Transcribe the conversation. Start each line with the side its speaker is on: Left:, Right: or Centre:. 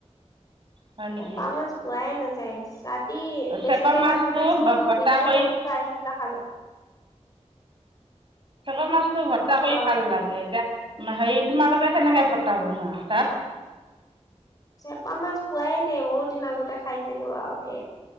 Right: হয়
Left: চেপা
Right: নেকি
Left: মাছ পোৱাই নাযায়, ছাতি বেছিকে
Right: চেপা মাছটো
Left: ভাত বনাইছিলো
Right: ভৰ্তা
Left: ভিজাই
Right: কৰি
Left: থৈ দিছো আহি নাখালো।
Right: চেপা মাছটো ভৰ্তা কৰি
Left: অ
Right: ভাল লাগে, এতিয়া হেৰি তোমালোকে কেনেকে ভৰ্তা বনোৱা তাত।
Left: চেপা মাছ পোৱাই নাই বহুত দিন আগতে খাইছিলো আৰু সেইয়ে